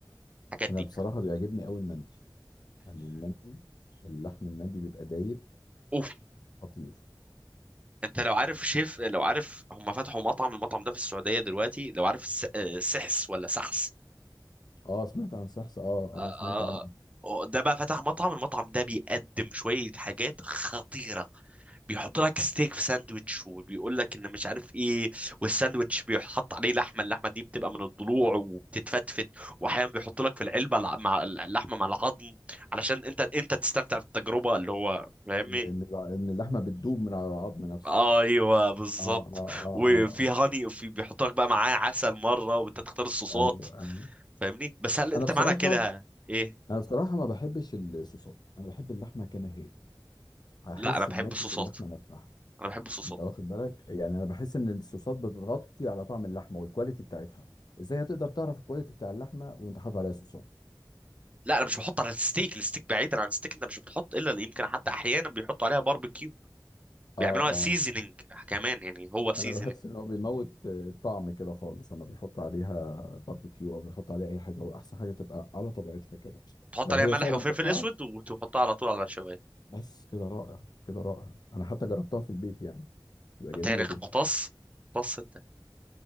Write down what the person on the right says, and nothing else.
الحاجات دي
اوف
انت لو عارف شيف لو عارف هم فتحوا مطعم المطعم ده في السعوديه دلوقتي لو عارف الس- آه، سحس ولا سحس
آه،
آه،
آه، ده بقى فتح مطعم المطعم ده بيقدم شويه حاجات خطيره بيحط لك ستيك في ساندوتش وبيقول لك ان مش عارف ايه والساندوتش بيحط عليه لحمه اللحمه دي بتبقى من الضلوع وبتتفتفت واحيانا بيحط لك في العلبه الع- مع اللحمه مع العظم علشان انت انت تستمتع بالتجربه اللي هو فاهمني
ايوه بالظبط
وفي
هاني وفي بيحط لك بقى معاه عسل مره وانت تختار الصوصات
فاهمني بس هل انت
معنى كده ايه
لا انا بحب
الصوصات
انا بحب الصوصات
لا انا مش بحط على الستيك الستيك بعيدا عن الستيك انت مش بتحط الا اللي يمكن حتى احيانا بيحطوا عليها باربيكيو
بيعملوها سيزنينج
كمان يعني هو
سيزنينج
تحط
عليها
ملح
وفلفل
اسود وتحطها على طول على الشوايه
انت يا ريخ
مقص مقص انت